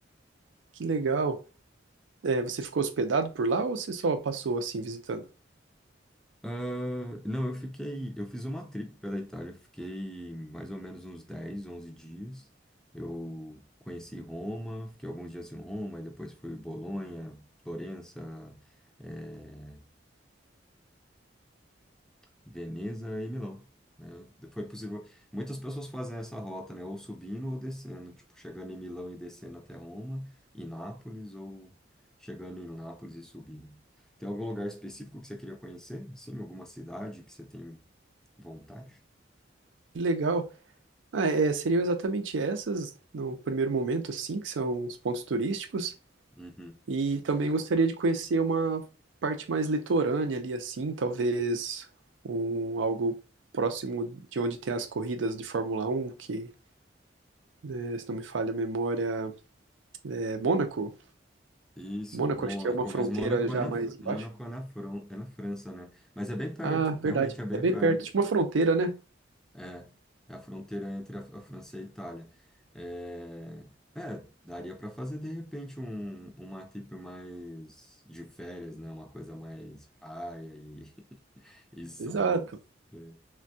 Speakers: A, on the right; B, in the centre.
A: Que legal. É, você ficou hospedado por lá ou você só passou assim visitando?
B: Ah, não, eu fiquei. Eu fiz uma trip pela Itália, fiquei mais ou menos uns 10, 11 dias. Eu conheci Roma, fiquei alguns dias em Roma, e depois fui Bolonha, Florença, eh, Veneza e Milão. Né? Foi possível. Muitas pessoas fazem essa rota, né? Ou subindo ou descendo, tipo, chegando em Milão e descendo até Roma, e Nápoles, ou chegando em Nápoles e subindo. Tem algum lugar específico que você queria conhecer? Sim, alguma cidade que você tem vontade?
A: Que legal. Ah, é, seriam exatamente essas, no primeiro momento, assim, que são os pontos turísticos.
B: Uhum.
A: E também gostaria de conhecer uma parte mais litorânea ali, assim, talvez um, algo próximo de onde tem as corridas de Fórmula Um, que, eh, se não me falha a memória, é Mônaco.
B: Isso,
A: Mônaco,
B: Mônaco,
A: acho que é uma fronteira
B: mas Mônaco
A: já
B: é na,
A: mais
B: Fr-
A: embaixo.
B: Mônaco é na, Fran- é na França, né? Mas é bem perto,
A: Ah, verdade.
B: realmente é bem
A: É bem
B: perto.
A: perto de uma fronteira, né?
B: É, é a fronteira entre a, a França e a Itália. É, é, daria para fazer de repente um, uma trip mais de férias, né? Uma coisa mais praia e, <laughs> e sol.
A: Exato.
B: É.